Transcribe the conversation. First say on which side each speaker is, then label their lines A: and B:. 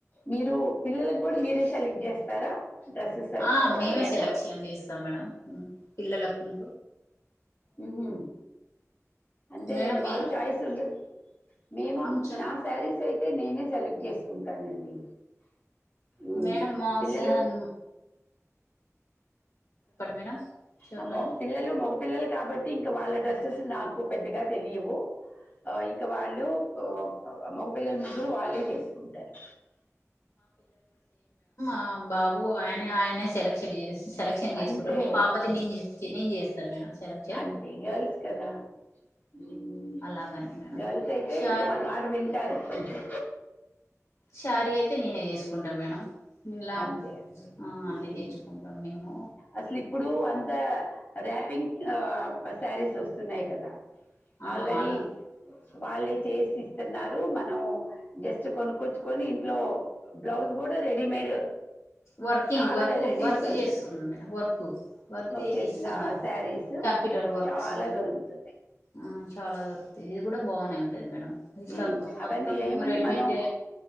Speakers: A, on the left; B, on the left.
A: మీరు పిల్లలకు కూడా మీరే సెలెక్ట్ చేస్తారా డ్రెస్సెస్
B: ఆ మేమే
A: అని అవి
B: సెలెక్షన్ చేస్తాం మేడం మ్ పిల్లలకు
A: మ్ హు అంతేలేండి
B: మేడం
A: వాళ్ళ
B: మీరు
A: చాయిస్ ఉంది మేము
B: ఉమ్ చ
A: నా శారీస్ సైతే నేనే సెలెక్ట్ చేసుకుంటానండి మ్మ్.
B: మేడం మ
A: పిల్లలు
B: స న్ మేడం చెప్పండి
A: ఆ మొ పిల్లలు మొగ పిల్లల్ కాబట్టి ఇంకా వాళ్ళ డ్రెస్సెస్ నాకు పెద్దగా తెలియవు ఆ ఇంకా వాళ్ళు ప ప మొగ పిల్లలు ముగ్గురు వాళ్ళే చేసుకుంటారు
B: ఆ బాబు ఆయనఅయనే సెలెక్షన్ చేస్ సెలెక్షన్ చేసుకుంటాడ్
A: అంతే
B: మా పాపది నేను చే నేను చేస్తా మేడం సెలక్
A: అంతే గర్ల్స్ కదా మ్
B: అలాగని మేడం
A: గర్ల్స్ అయితే
B: షార్
A: ఇంక మన మాట వింటారు కొంచెం
B: శారీ అయితే నేనే చేసుకుంటా మేడం ఇలా
A: అంతే అంతే
B: ఆ
A: మ్
B: అన్ని తెచ్చుకుంటాం మేము
A: అసలు ఇప్పుడు అంత ర్యాపింగ్ శారీస్ వస్తున్నాయి కదా
B: ఆ
A: ఆల్రెడీ
B: అలా
A: వాళ్ళే చేసి ఇస్తున్నారు. మనం జస్ట్ కొనుక్కొచ్చుకొని ఇంట్లో బ్లౌజ్ కుడ రెడీమేడ్
B: వర్కింగ్
A: చాలా
B: వర్కుంగ్
A: వెరైటీస్
B: వర్క్
A: దొరుకుతుంది
B: చేస్తుంద్ మేడం వర్కు వర్క్ చేసి
A: చేసిన
B: ఇస్తున్నారు
A: శారీస్
B: కంప్యూటర్ వర్క్స్
A: చాలా దొరుకుతున్నాయ్
B: ఆ చాలా దొర్కుతయ్ కూడా బానే ఉంటది మేడం ఇంకంతా
A: ఉమ్, అవన్నీ
B: మొత్తం
A: ఏమంది
B: రెడీమేంటే
A: మనం